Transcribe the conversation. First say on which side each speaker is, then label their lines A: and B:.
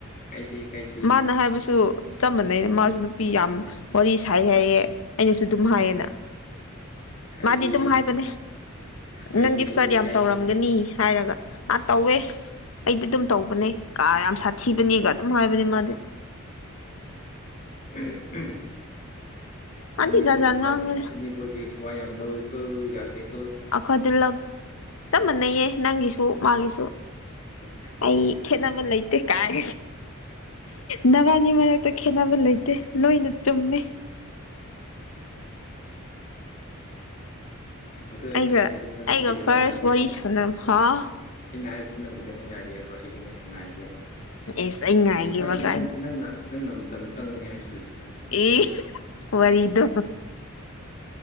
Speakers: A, on the left; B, on the left.
A: ꯀꯥꯏꯗꯦ ꯀꯥꯏꯗꯦ
B: ꯃꯥꯅ ꯍꯥꯏꯕꯁꯨ ꯆꯝꯕꯅꯩ ꯃꯥꯁꯨ ꯅꯨꯄꯤ ꯌꯥꯝ ꯋꯥꯔꯤ ꯁꯥꯏ ꯍꯥꯏꯌꯦ ꯑꯩꯅꯁꯨ ꯑꯗꯨꯝ ꯍꯥꯏꯌꯦꯅ
A: ꯀꯥꯏꯗꯦ
B: ꯃꯥꯗꯤ ꯑꯗꯨꯝ ꯍꯥꯏꯕꯅꯦ
A: ꯀꯥꯏꯗꯦꯀꯣ
B: ꯅꯪꯗꯤ ꯐꯠ ꯌꯥꯝ
A: ꯀꯥꯏꯗꯦ
B: ꯇꯧꯔꯝꯒꯅꯤ ꯍꯥꯏꯔꯒ ꯑꯥ
A: ꯎꯝ
B: ꯇꯧꯋꯦ ꯑꯩꯗꯤ ꯑꯗꯨꯝ ꯇꯧꯕꯅꯦ ꯀ ꯌꯥꯝ ꯁꯥꯊꯤꯕꯅꯦꯒ ꯑꯗꯨꯝ ꯍꯥꯏꯕꯅꯦ ꯃꯥꯗꯤ
A: ꯎ
B: ꯃꯥꯗꯤ
A: ꯐꯅꯤꯕꯣꯏ
B: ꯖꯥꯠ ꯖꯥꯠ
A: ꯅꯨꯡꯉꯥꯏ
B: ꯉꯥꯡꯉꯦꯗ
A: ꯐꯅꯤ ꯒꯤ ꯋꯥ ꯌꯥꯝꯅ ꯌꯥꯗꯅꯦꯅꯤ
B: ꯑꯩꯈꯣꯏ ꯇꯤꯜꯂꯛ ꯆꯞ ꯃꯥꯟꯅꯩꯌꯦ ꯅꯪꯒꯤꯁꯨ ꯃꯥꯒꯤꯁꯨ
A: ꯑ
B: ꯑꯩ ꯈꯦꯅꯕꯜ ꯂꯩ ꯇ ꯀꯥꯏ ꯅꯕꯥꯅꯤ ꯃꯔꯛꯇ ꯈꯦꯠꯅꯕ ꯂꯩꯇꯦ ꯂꯣꯏꯅ
A: ꯎꯝ
B: ꯆꯨꯝꯃꯦ
A: ꯑꯗ ꯑꯩꯅ
B: ꯑꯩꯒ
A: ꯍꯥꯏꯕꯁꯦ ꯅꯪ
B: ꯑꯩꯒ
A: ꯀꯩꯗꯧꯉꯥꯏ
B: ꯐꯥꯔꯁ
A: ꯉꯥꯏꯒꯦ
B: ꯋꯥꯔꯤ
A: ꯍꯥꯏꯕꯣ
B: ꯍꯥ
A: ꯑꯩꯅ ꯍꯥꯏꯕꯁꯤ ꯅꯪꯕꯨꯗꯤꯡꯃꯛ ꯌꯥꯒꯦ ꯍꯥꯏꯕ꯭ꯔꯣ ꯑꯩꯗꯤ ꯉꯥꯏꯒꯦꯕ
B: ꯑꯦꯁ ꯑꯩ ꯉꯥꯏꯒꯦꯕ
A: ꯀꯩꯁꯨ ꯍꯥꯏꯥꯏꯗꯦ
B: ꯀꯥꯏꯅ
A: ꯅꯪ ꯅꯪꯅ ꯅꯪꯅ ꯃꯇꯝ ꯆꯪꯒꯅꯤ ꯍꯥꯏꯔꯁꯨ ꯀꯁꯨ
B: ꯑꯦ ꯋꯥꯔꯤꯗꯣ